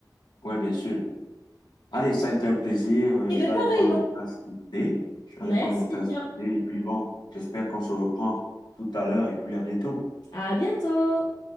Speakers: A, on the left (about 75°); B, on the left (about 60°).
A: Ouais, bien sûr. Allez, ça a été un plaisir. Euh,
B: Et
A: Je
B: bien,
A: vais
B: pareillement.
A: aller prendre ma tasse de thé. Je vais
B: Merci
A: aller prendre ma tasse
B: bien.
A: de thé. Et puis bon, j'espère qu'on se reprend tout à l'heure et puis à bientôt.
B: À bientôt!